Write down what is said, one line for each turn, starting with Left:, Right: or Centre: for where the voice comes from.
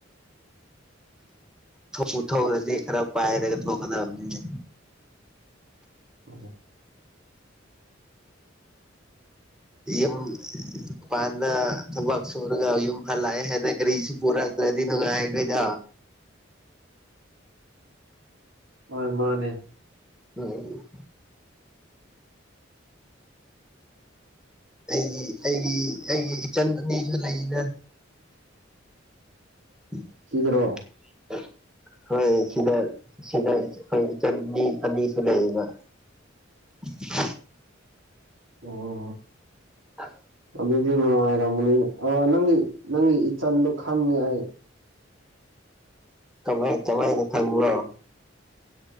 Centre: ꯊꯣꯛꯄꯨ ꯊꯣꯛꯑꯗꯤ ꯈꯔ ꯄꯥꯏꯔꯒ ꯊꯣꯛꯀꯗꯕꯅꯤꯅꯦ꯫
Right: ꯎꯝ꯫
Centre: ꯌꯨꯝ꯫ <unintelligible> ꯃꯄꯥꯟꯗ ꯊꯕꯛ ꯁꯨꯔꯒ ꯌꯨꯝ ꯍꯜꯂꯥꯛꯑꯦ ꯍꯥꯏꯅ ꯀꯔꯤꯁꯨ ꯄꯨꯔꯛꯇ꯭ꯔꯗꯤ ꯅꯨꯡꯉꯥꯏꯔꯣꯏꯗꯣ꯫
Right: ꯍꯣꯏ ꯃꯥꯅꯦ꯫
Centre: ꯎꯝ꯫ ꯑꯩꯒꯤ ꯑꯩꯒꯤ ꯑꯩꯒꯤ ꯏꯆꯟ ꯅꯨꯄꯤꯁꯨ ꯂꯩꯗ꯫ <unintelligible>
Right: ꯁꯤꯗ꯭ꯔꯣ꯫
Centre: <unintelligible> ꯍꯣꯏ ꯁꯤꯗ ꯁꯤꯗ ꯑꯩꯈꯣꯏ ꯏꯆꯟꯅꯤ ꯑꯅꯤꯁꯨ ꯂꯩꯌꯦꯕ꯫ <unintelligible>
Right: ꯑꯣ꯫
Centre: <unintelligible>
Right: ꯑꯗꯨꯗꯤ ꯅꯨꯡꯉꯥꯏꯔꯝꯃꯅꯤ ꯑꯣ ꯅꯪꯒꯤ ꯅꯪꯒꯤ ꯏꯆꯟꯗꯣ ꯈꯪꯉꯦ ꯑꯩ꯫
Centre: ꯀꯃꯥꯏ ꯀꯃꯥꯏꯅ ꯈꯪꯕꯔꯣ꯫